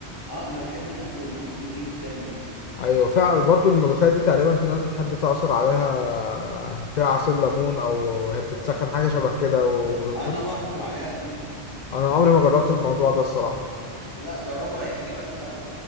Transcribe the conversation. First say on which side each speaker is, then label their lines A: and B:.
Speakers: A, on the left; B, on the left.
A: اه أنا بحب الأكل المصري جدا
B: ايوه فعلا برضو الملوخيه دي تقريبا في ناس بتحب تعصر عليها فيها عصير ليمون او هي بتتسخن حاجه شبه كده و...
A: أنا بعصر عليها ليمون
B: انا عمري ما جربت الموضوع ده الصراحه
A: لا جربه هيعجبك أوي